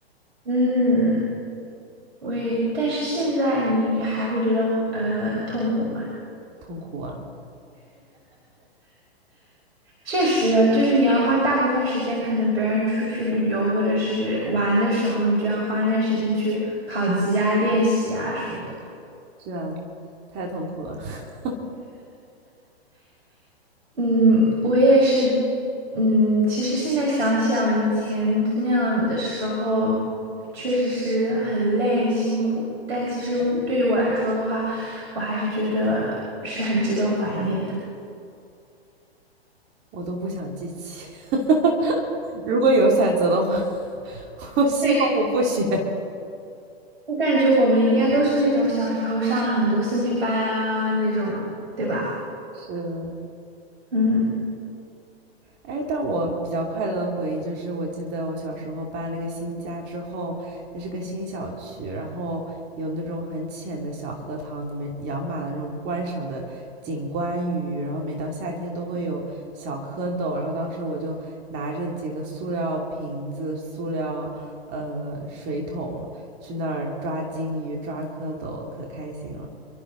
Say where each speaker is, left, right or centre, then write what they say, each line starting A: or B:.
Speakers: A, on the right; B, on the right.
A: 嗯，我也，但是现在你还会觉得呃痛苦吗？
B: 痛苦啊！
A: 确实，就是你要花大部分时间，可能别人出去旅游或者是玩的时候，你就要花那个时间去考级啊、练习啊什么的。
B: 是啊，太痛苦了，<laughs>
A: 嗯，我也是，嗯，其实现在想想以前那样的时候，确实是很累、很辛苦，但其实我对于我来说的话，我还是觉得是很值得怀念的。
B: 我都不想记起。<laughs> 如果有选择的话，<laughs> 我希望我不学。
A: 对，我感觉我们应该都是那种小时候上很多兴趣班啊那种，对吧？
B: 是，
A: 嗯。
B: 哎，但我比较快乐的回忆就是，我记得我小时候搬了个新家之后，那是个新小区，然后有那种很浅的小荷塘，里面养满了那种观赏的景观鱼，然后每到夏天都会有小蝌蚪，然后当时我就拿着几个塑料瓶子、塑料呃水桶去那儿抓金鱼、抓蝌蚪，可开心了。